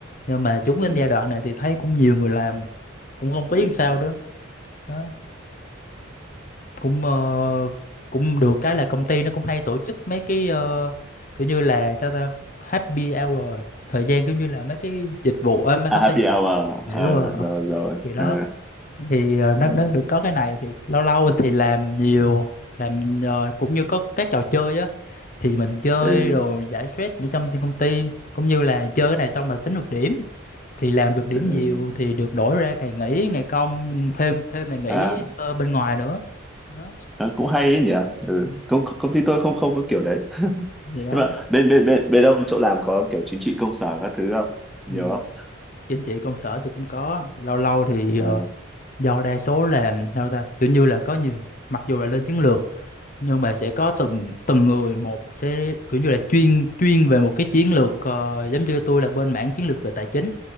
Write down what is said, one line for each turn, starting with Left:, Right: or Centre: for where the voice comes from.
Left: nhưng mà chúng
Centre: ừ.
Left: cái giai đoạn này thì thấy cũng nhiều người làm cũng không biết
Centre: Ừ.
Left: làm sao
Centre: ừ.
Left: đó đó cũng ờ, cũng được cái là công ty nó cũng hay tổ chức mấy cái ờ, kiểu như là sao ta happy hour thời gian kiểu như là mấy cái dịch vụ ờ, mấy
Centre: à,
Left: không phải
Centre: happy
Left: dịch
Centre: hour
Left: vụ dạ
Centre: Ờ,
Left: đúng rồi Ờ,
Centre: rồi rồi
Left: thì đó
Centre: Ờ,
Left: thì ờ, nó
Centre: ừ,
Left: nó được có cái này thì lâu lâu thì làm nhiều làm ờ, cũng như có các trò chơi á thì mình chơi
Centre: ừ,
Left: rồi giải stress ở trong công ty cũng như là chơi cái này xong mà tính được điểm thì làm được điểm
Centre: ừ.
Left: nhiều thì được đổi ra ngày nghỉ ngày công thêm thêm ngày nghỉ
Centre: à
Left: ờ, bên ngoài nữa đó
Centre: nó cũng hay ấy nhỉ ừ.
Left: Ừ,
Centre: công công ty tôi không không có kiểu đấy
Left: vậy đó
Centre: nhưng mà bên bên bên bên ông chỗ làm có kiểu chính trị công sở các thứ không nhiều
Left: ừ.
Centre: không
Left: Trên chị công sở tôi cũng có lâu lâu thì
Centre: Ờ,
Left: ờ, do đa số làm sao ta kiểu như là có nhiều mặc dù là lên chiến lược nhưng mà sẽ có từng từng người một sẽ kiểu như là chuyên chuyên về một cái chiến lược ờ, giống như tôi là bên mảng chiến lược về tài chính